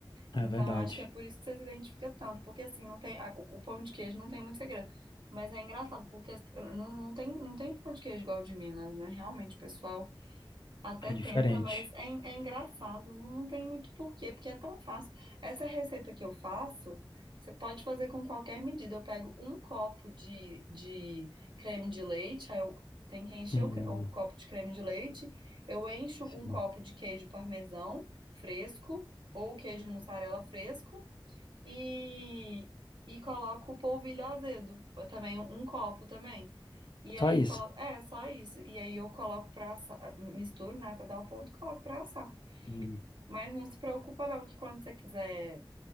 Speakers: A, on the left; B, on the right.
A: é
B: Então,
A: verdade.
B: eu acho que é por isso que você se identifica tanto, porque assim, não tem, a- o pão de queijo não tem muito segredo. Mas é engraçado, porque as- não, não tem, não tem pão de queijo igual o de Minas, né? Realmente, o pessoal. Até
A: É diferente.
B: tenta, mas é, en- é engraçado, não, não tem muito porquê, porque é tão fácil. Essa receita que eu faço, você pode fazer com qualquer medida. Eu pego um copo de, de creme de leite, aí eu tenho que encher
A: Hum,
B: o, cre- o copo de creme de leite, eu encho um
A: sim,
B: copo de queijo parmesão fresco, ou queijo mussarela fresco, e, e coloco polvilho azedo, ou também um copo também. E
A: só
B: aí,
A: isso.
B: colo... é só isso. E aí eu coloco pra assar, misturo, né, até dar o ponto, coloco pra assar.
A: E-
B: Mas não se preocupa não, que quando você quiser